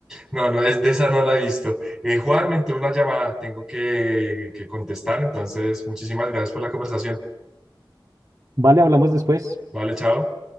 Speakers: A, in the centre; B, on the right (about 40°).
A: No, no, es de esa no la he visto. Eh, Juan, me entró una llamada. Tengo que, que contestar. Entonces, muchísimas gracias por la conversación.
B: Vale, hablamos después.
A: Vale, chao.